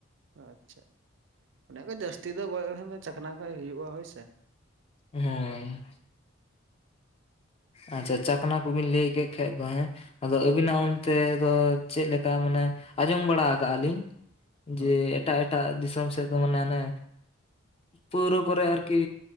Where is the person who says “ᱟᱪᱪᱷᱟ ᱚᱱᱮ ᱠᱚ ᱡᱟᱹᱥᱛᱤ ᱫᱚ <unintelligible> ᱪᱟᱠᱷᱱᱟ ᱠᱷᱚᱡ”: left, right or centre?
Right